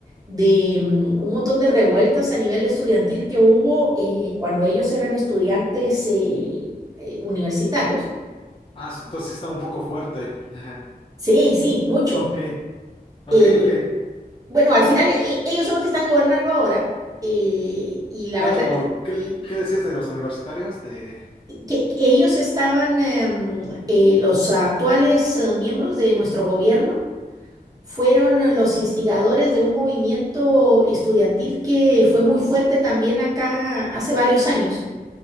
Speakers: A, on the right; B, on the left.
A: de mm, un montón de revueltas a nivel estudiantil que hubo eh, cuando ellos eran estudiantes eh, eh, universitarios.
B: Ah, su tos sí está un poco fuerte. <laughs>
A: Sí, sí, mucho.
B: Ok, ok,
A: Eh,
B: ok.
A: bueno, al final eh, ellos son los que están gobernando ahora eh, y la
B: No,
A: verdad
B: pero
A: es
B: ¿qué,
A: que,
B: qué decías de los universitarios? De...
A: que- que ellos estaban, em, eh, los actuales eh, miembros de nuestro gobierno fueron los instigadores de un movimiento estudiantil que fue muy fuerte también acá hace varios años.